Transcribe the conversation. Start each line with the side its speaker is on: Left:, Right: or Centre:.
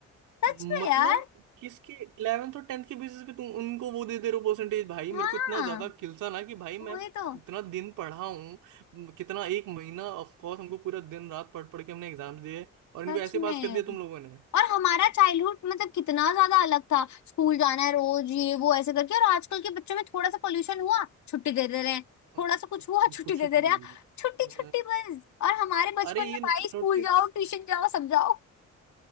Left: सच
Right: मतलब
Left: में यार
Right: किसके इलेवेंथ और टेंथ के बेसिस पे तुम उनको वो दे दे रहे हो परसेंटेज भाई
Left: हाँ
Right: मेरे को इतना ज्यादा खिलसा ना कि भाई मैं
Left: वही तो
Right: इतना दिन पढ़ा हूँ कितना एक महीना ऑफ कोर्स हमको पूरा दिन रात पढ़ पढ़ के हमने एग्जाम दिए और इनको
Left: सच
Right: ऐसे
Left: में
Right: पास कर दिया तुम लोगों ने
Left: और हमारा चाइल्डहुड मतलब कितना ज्यादा अलग था स्कूल जाना है रोज ये वो ऐसे करके और आजकल के बच्चों में थोड़ा सा पोल्यूशन हुआ छुट्टी दे दे रहे हैं
Right: हाँ,
Left: थोड़ा सा कुछ हुआ <laughs> छुट्टी
Right: कुछ
Left: दे
Right: भी
Left: दे रहे हैं छुट्टी छुट्टी
Right: हाँ,
Left: बस और हमारे बचपन
Right: अरे ये
Left: में भाई स्कूल
Right: नोटिस
Left: जाओ ट्यूशन जाओ सब जाओ